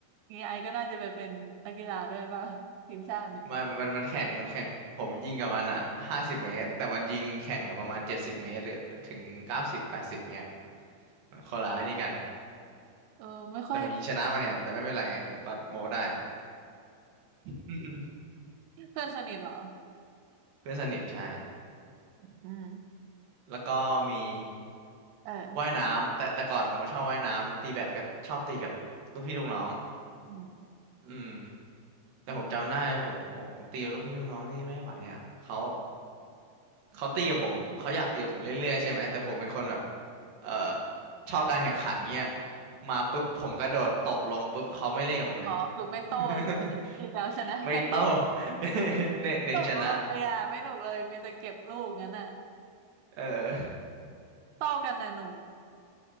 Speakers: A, on the right (about 80°); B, on the right (about 65°).
A: อย่างนี้ไอก็น่าจะไปเป็นนักกีฬาด้วยป่ะทีมชาติเนี่ย
B: มันมันมันแข่งมันแข่งผมยิงกับมันอ่ะห้าสิบเมตรแต่มันยิงแข่งอ่ะประมาณเจ็ดสิบเมตรหรือถึงเก้าสิบแปดสิบเนี้ยคนละไอ้นี่กัน
A: เออไม่ค่อย
B: แต่ผมยิงชนะมันเนี่ยแต่ไม่เป็นไรไงผมก็โม้ได้ <laughs>
A: เพื่อนสนิทเหรอ
B: เพื่อนสนิทใช่
A: อืม
B: แล้วก็มี
A: เออ
B: ว่ายน้ำแต่แต่ก่อนผมก็ชอบว่ายน้ำแล้วตีแบดก็ชอบตีกับลูกพี่ลูกน้อง
A: อืม
B: อืมแต่ผมจำได้ผมโหผมตีกับลูกพี่ลูกน้องนี่ไม่ไหวอ่ะเขา
A: มันก็
B: เขาตีกับผมเขาอยากตีกับผมเรื่อยๆใช่ไหมแต่ผมเป็นคนแบบเอ่อชอบการแข่งขันเนี่ยมาปุ๊บผมกระโดดตบลงปุ๊บเขาไม่เล่นกับผมเลย
A: อ๋อคือไม่โต้ใช่ไหมคือจะเอาชนะอย่าง
B: <laughs> ไม่โต้ <laughs> เน้นเน้นชนะ
A: เดียวไม่หนุกเลยอ่ะไม่หนุกเลยมีแต่เก็บลูกงั้นอ่ะ
B: เออ
A: โต้กันนะหนู